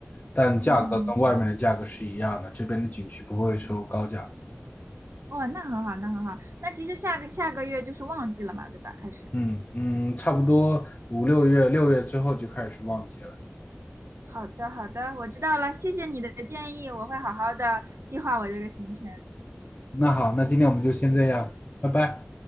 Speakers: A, on the left; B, on the right.
A: 但价格跟外面的价格是一样的，
B: 嗯，
A: 这边的景区不会收高价。
B: 哦，那很好，那很好。那其实下个下个月就是旺季了嘛，对吧？开始。
A: 嗯嗯，差不多五六月，六月之后就开始旺季了。
B: 好的，好的，我知道了，谢谢你的建议，我会好好的计划我这个行程。
A: 那好，那今天我们就先这样，拜拜。